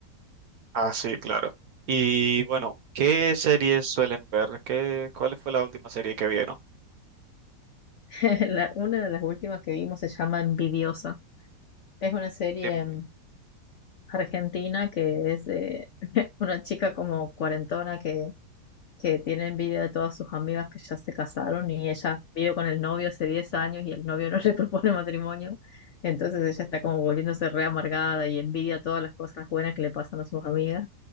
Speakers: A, on the right; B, on the left.
A: Ah, sí, claro. Y bueno, ¿qué series suelen ver? ¿Qué, cuál fue la última serie que vieron?
B: <laughs> La- una de las últimas que vimos se llama Envidiosa. Es una serie
A: En-
B: mm, argentina que es de <laughs> una chica como cuarentona que que tiene envidia de todas sus amigas que ya se casaron y ella vive con el novio hace 10 años y el novio no <laughs> le propone matrimonio. Entonces ella está como volviéndose re amargada y envidia todas las cosas buenas que le pasan a sus amigas.